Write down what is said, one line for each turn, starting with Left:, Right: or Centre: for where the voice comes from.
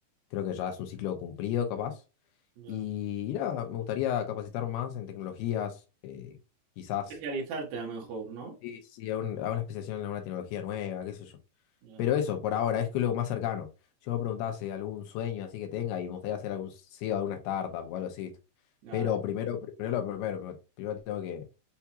Left: creo que ya es un ciclo cumplido, capaz.
Right: ya.
Left: Y, y nada, me gustaría capacitar más en tecnologías, eh, quizás
Right: Especializarte a lo mejor, ¿no?
Left: Sí, sí, a, un- a una especialización, a una tecnología nueva, qué sé yo.
Right: Ya.
Left: Pero eso, por ahora, es que lo más cercano. Yo me preguntaba si algún sueño así que tenga y me gustaría hacer algún CEO de alguna startup o algo así. ¿viste?
Right: Ya.
Left: Pero primero, pri- primero, lo primero, primero, primero tengo que,